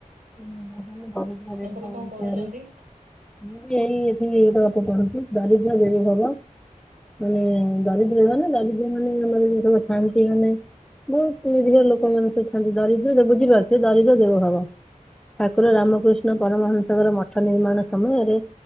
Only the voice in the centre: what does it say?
<unintelligible>
ମୁଁ ଏଇ ଏଠିକି ଏଇ <inaudible> ପଢୁଛି ଦରିଦ୍ର ଦେବୀ ଭାବ। ମାନେ ଦରିଦ୍ରମାନେ ଦରିଦ୍ରମାନେ ଆମର ସବୁ ଥାଆନ୍ତି ମାନେ ବହୁ <inaudible> ଲୋକମାନେ ସବୁ ଥାନ୍ତି ଦରିଦ୍ର <inaudible> ବୁଝିପାରୁଥିବେ ଦରିଦ୍ର ଦେବ ଭାବ। ଠାକୁର ରାମକୃଷ୍ଣ ପରମହଂସଙ୍କର ମଠ ନିର୍ମାଣ ସମୟରେ